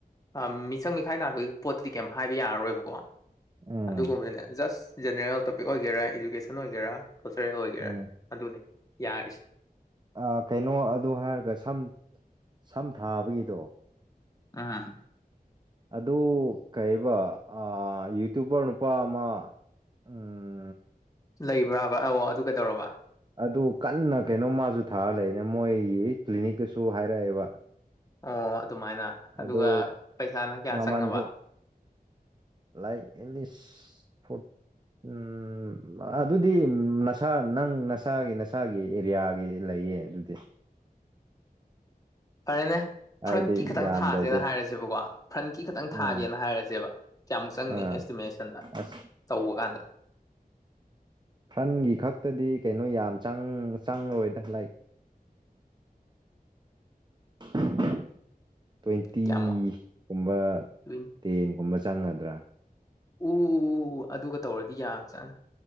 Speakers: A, on the left; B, on the right.
A: ꯑ ꯃꯤꯆꯪ ꯃꯤꯈꯥꯏ ꯅꯥꯕꯒꯤ ꯄꯣꯠꯇꯨꯗꯤ ꯀꯩꯝ ꯍꯥꯏꯕ ꯌꯥꯔꯔꯣꯏꯕꯀꯣ
B: ꯎꯝ
A: ꯑꯗꯨꯒꯨꯝꯕꯅꯦ ꯖꯁ ꯖꯦꯅꯔꯦꯜ ꯇꯣꯄꯤꯛ ꯑꯣꯏꯒꯦꯔꯥ ꯏꯗꯨꯀꯦꯁꯟ ꯑꯣꯏꯒꯦꯔꯥ ꯀꯜꯆꯔꯦꯜ ꯑꯣꯏꯒꯦꯔꯥ
B: ꯎꯝ
A: ꯑꯗꯨꯅꯦ ꯌꯥꯔꯤꯁꯤ
B: ꯑ ꯀꯩꯅꯣ ꯑꯗꯨ ꯍꯥꯏꯔꯒ ꯁꯝ ꯁꯝ ꯊꯥꯕꯒꯤꯗꯣ
A: ꯎꯝ
B: ꯑꯗꯨ ꯀꯩꯕ ꯑ ꯌꯨꯇ꯭ꯌꯨꯕꯔ ꯅꯨꯄꯥ ꯑꯃ ꯎꯝ
A: ꯂꯩꯕ꯭ꯔꯥꯕ ꯑꯧ ꯑꯗꯨ ꯀꯩꯗꯧꯔꯕ
B: ꯑꯗꯨ ꯀꯟꯅ ꯀꯩꯅꯣ ꯃꯥꯖꯨ ꯊꯥꯔ ꯂꯩꯔꯦ ꯃꯣꯏꯒꯤ ꯀ꯭ꯂꯤꯅꯤꯛꯀꯁꯨ ꯍꯥꯏꯔꯛꯑꯦꯕ
A: ꯑꯣ ꯑꯗꯨꯃꯥꯏꯅ ꯑꯗꯨꯒ
B: ꯑꯗꯣ
A: ꯄꯩꯁꯥꯅ ꯀꯌꯥ
B: ꯃꯃꯜꯁꯨ
A: ꯆꯪꯉꯕ
B: ꯂꯥꯏꯛ ꯑꯦꯠꯂꯤꯁ ꯐꯣꯔꯠ ꯎꯝ ꯑꯗꯨꯗꯤ ꯅꯁꯥ ꯅꯪ ꯅꯁꯥꯒꯤ ꯅꯁꯥꯒꯤ ꯑꯦꯔꯤꯌꯥꯒꯤ ꯂꯩꯌꯦ ꯑꯗꯨꯗꯤ
A: ꯐꯔꯦꯅꯦ
B: ꯍꯥꯏꯕꯗꯤ
A: ꯐ꯭ꯔꯟꯀꯤ ꯈꯤꯇꯪ
B: ꯌꯥꯝꯗ꯭ꯔꯗꯤ
A: ꯊꯥꯁꯦꯅ ꯍꯥꯏꯔꯁꯦꯕꯀꯣ ꯐ꯭ꯔꯟꯀꯤ ꯈꯤꯇꯪ
B: ꯎꯝ
A: ꯊꯥꯒꯦꯅ ꯍꯥꯏꯔꯁꯦꯕ ꯀꯌꯥꯃꯨꯛ ꯆꯪꯅꯤ
B: ꯑꯥ
A: ꯑꯦꯁꯇꯤꯃꯦꯁꯟꯗ
B: ꯑꯁ
A: ꯇꯧꯕ ꯀꯥꯟꯗ
B: ꯐ꯭ꯔꯟꯒꯤ ꯈꯛꯇꯗꯤ ꯀꯩꯅꯣ ꯌꯥꯝ ꯆꯪ ꯆꯪꯉ‌ꯣꯏꯗ ꯂꯥꯏꯛ <unintelligible> ꯇ꯭ꯋꯦꯟꯇꯤ
A: ꯀꯌꯥꯃꯨꯛ
B: ꯒꯨꯝꯕ
A: ꯇ꯭ꯋꯦꯟ
B: ꯇꯦꯟ ꯒꯨꯝꯕ ꯆꯪꯒꯗ꯭ꯔꯥ
A: ꯎ ꯑꯗꯨꯒ ꯇꯧꯔꯗꯤ ꯌꯥꯕꯥꯖꯥꯠꯅꯤ